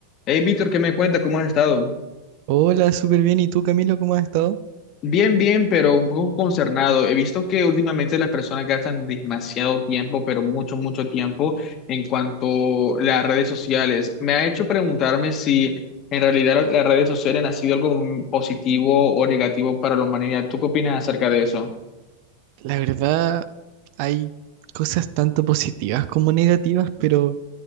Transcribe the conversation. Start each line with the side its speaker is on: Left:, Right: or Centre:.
Left: Hey, Víctor, ¿qué me cuentas? ¿Cómo has estado?
Right: Hola, súper bien. ¿Y tú, Camilo, cómo has estado?
Left: Bien, bien, pero un poco concernado. He visto que últimamente las personas gastan demasiado tiempo, pero mucho, mucho tiempo en cuanto a las redes sociales. Me ha hecho preguntarme si en realidad las redes sociales han sido algo positivo o negativo para la humanidad. ¿Tú qué opinas acerca de eso?
Right: La verdad, hay cosas tanto positivas como negativas, pero